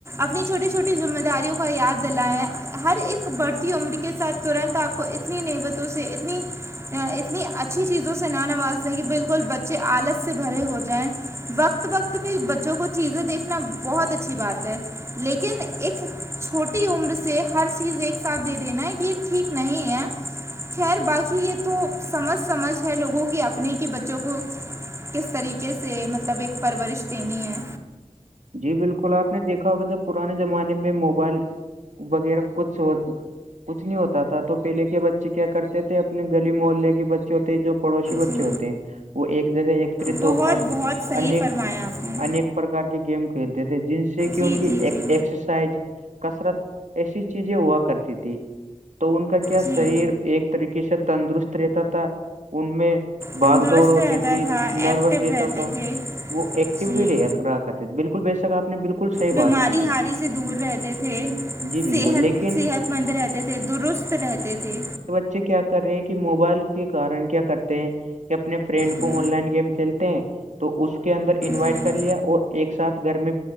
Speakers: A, on the right; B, on the right.
A: اپنی چھوٹی چھوٹی ذمہ داریوں کا یاد دلائیں ہر ایک بڑھتی عمر کے ساتھ ترنت آپ کو اتنی نعبتوں سے اتنی اتنی اچھی چیزوں سے نہ نواز دیں کہ بالکل بچے آالت سے بھرے ہو جائیں وقت وقت پہ بچوں کو چیزیں دیکھنا بہت اچھی بات ہے لیکن ایک چھوٹی عمر سے ہر چیز ایک ساتھ دے دینا ہے یہ ٹھیک نہیں ہے خیر باقی یہ تو سمجھ سمجھ ہے لوگوں کے اپنے کے بچوں کو کس طریقے سے مطلب ایک پرورش دینی ہے
B: جی بالکل آپ نے دیکھا ہوگا جب پرانے زمانے میں موبائل وغیرہ کچھ ہو کچھ نہیں ہوتا تھا تو پہلے کے بچے کیا کرتے تھے اپنے گلی محلے کے بچے ہوتے جو پڑوسی بچے
A: جی
B: ہوتے ہیں وہ ایک جگہ ایکتری تو
A: بہت
B: کر
A: بہت صحیح
B: ان
A: فرمایا آپ نے
B: انیک پرکار کے گیم کھیلتے تھے جن سے کہ
A: جی
B: ان کی
A: جی
B: ایکسرسائز
A: جی
B: کثرت ایسی چیزیں ہوا کرتی تھی تو ان کا کیا
A: جی
B: شریر ایک طریقے سے تندرست رہتا تھا ان میں باگ
A: تندرست
B: دوڑ ہوتی
A: رہتا
B: تھی
A: تھا
B: نروس
A: ایکٹیو
B: رہتا
A: رہتے
B: تھا
A: تھے
B: وہ ایکٹیو
A: جی
B: بھی رہ راتے ہے بالکل بے شک آپ نے بالکل صحیح بات
A: بیماری
B: کی ہے
A: ہاری سے دور رہتے تھے
B: جی بالکل
A: صحت
B: لیکن
A: صحت مند رہتے تھے درست رہتے تھے
B: بچ کیا کر رہے ہیں کہ موبائل کے کن کیا کرتے ہیں کہ اپنے فرینڈ کو
A: جی
B: آن لائن گیم کھیلتے تو اس کے اندر انوائٹ
A: جی
B: کر لیا اور ایک ساتھ گھر میں